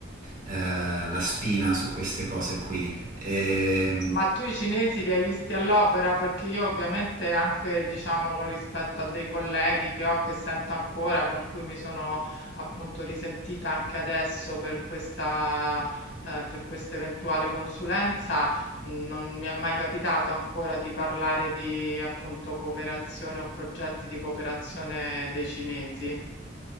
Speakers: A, on the right; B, on the left.
A: eh, la spina su queste cose qui. E,
B: Ma tu i cinesi li hai visti all'opera? Perché io ovviamente anche, diciamo, con rispetto a dei colleghi che ho, che sento ancora, con cui mi sono appunto risentita anche adesso per questa, eh, per questa eventuale consulenza, non mi è mai capitato ancora di parlare di appunto cooperazione o progetti di cooperazione dei cinesi.